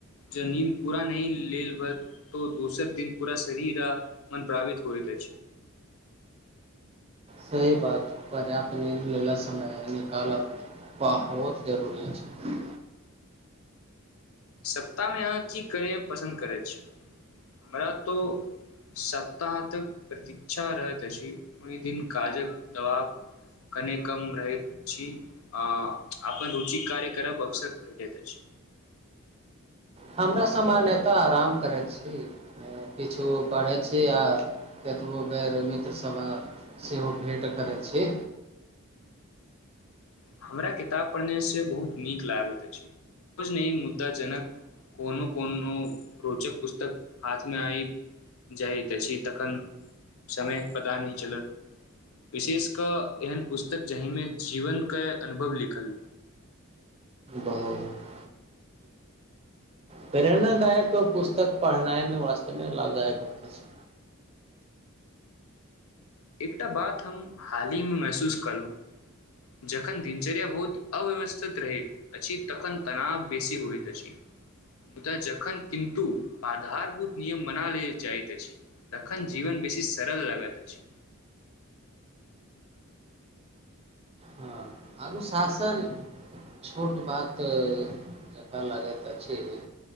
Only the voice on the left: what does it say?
ज नीन्द पूरा नहिही लेलबत तऽ दोसर दिन पूरा शरीर आ मन प्रावित होइत अछि
सप्ताहमे अहाँ की करय पसन्द करैत छी हमरा तो सप्ताह तक प्रतीक्षा रहैत अछि ओहि दिन काजक दबाव कने कम रहैत छी आ अपन रुचि कार्य करब अवसर भेटैत अछि
हमरा किताब पढ़नेसँ बहुत नीक लागैत अछि रोज नहि मुद्दा जनक कोनो कोनो रोचक पुस्तक हाथमे आब जाइत अछि तखन समयक पता नहि चलत विशेष कऽ एहन पुस्तक जाहिमे जीवनके अनुभव निकलल
एकटा बात हम हालहिमे महसूस केलहुँ जखन दिनचर्या बहुत अव्यवस्थित रहैत अछि तखन तनाव बेसी होइत अछि मुदा जखन किन्तु आधारभूत नियम बना लेले जाइत अछि तखन जीवन बेसी सरल लागैत अछि